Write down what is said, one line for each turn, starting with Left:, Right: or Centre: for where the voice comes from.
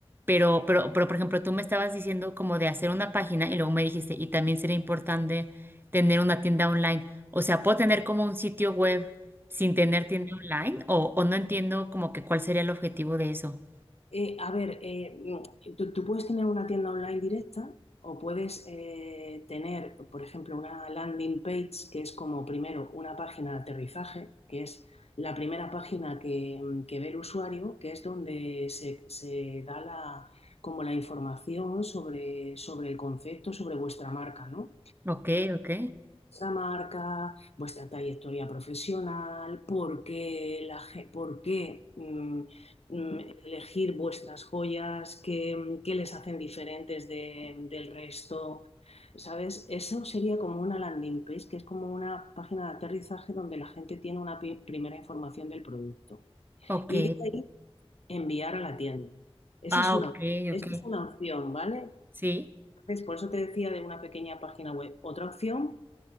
Right: Pero, pero, pero por ejemplo, tú me estabas diciendo como de hacer una página y luego me dijiste, y también sería importante tener una tienda online. O sea, ¿puedo tener como un sitio web sin tener tienda online? O, o no entiendo como que cuál sería el objetivo de eso.
Left: Eh, a ver, eh, mm, tú, tú puedes tener una tienda online directa o puedes eh, tener, por ejemplo, una landing page que es como primero una página de aterrizaje, que es la primera página que, mm, que ve el usuario, que es donde se, se da la, como la información sobre, sobre el concepto, sobre vuestra marca, ¿no?
Right: Ok, ok,
Left: vuestra marca, vuestra trayectoria profesional, por qué, la, ge- por qué mm, mm, elegir vuestras joyas, qué, qué les hacen diferentes de- del resto. ¿Sabes? Eso sería como una landing page, que es como una página de aterrizaje donde la gente tiene una pi- primera información del producto.
Right: ok.
Left: Y de ahí enviar a la tienda. Esa
Right: Ah,
Left: es una,
Right: ok,
Left: esa
Right: ok.
Left: es una opción, ¿vale?
Right: Sí,
Left: Entonces, por eso te decía de una pequeña página web. Otra opción